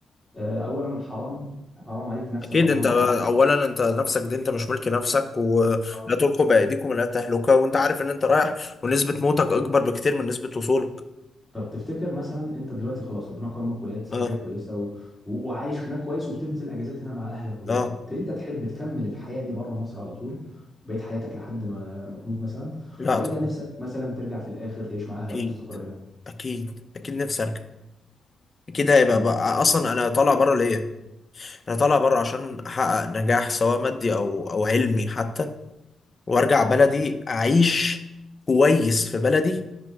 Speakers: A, in the centre; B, on the left.
A: آه، اولا حرام حرام عليك نفسك
B: اكيد
A: وحرام
B: انت اولا انت نفسك دي انت مش ملك نفسك ولا
A: عليك
B: تلقوا بايديكم الى التهلكه وانت عارف ان انت رايح ونسبه موتك اكبر بكتير من نسبه وصولك
A: طب تفتكر مثلا انت دلوقتي خلاص ربنا كرمك ولقيت سفريه
B: اه
A: كويسه و... و... وعايش هناك كويس وبتنزل اجازات هنا مع اهلك وكده
B: اه
A: ت- انت تحب تكمل الحياه دي بره مصر على طول بقيت حياتك لحد ما ما تموت مثلا
B: لا
A: ولا
B: طبعا
A: نفسك مثلا ترجع في الاخر تعيش مع اهلك
B: اكيد
A: وتستقر هنا
B: اكيد اكيد نفسي ارجع اكيد هيبقى
A: امم
B: بقى اصلا انا طالع بره ليه انا طالع بره عشان احقق نجاح سواء مادي او او علمي حتى وارجع بلدي اعيش كويس في بلدي